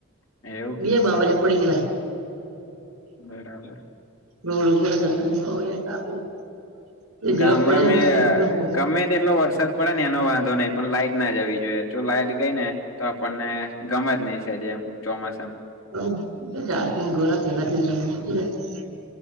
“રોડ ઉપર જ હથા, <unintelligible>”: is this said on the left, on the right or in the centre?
Right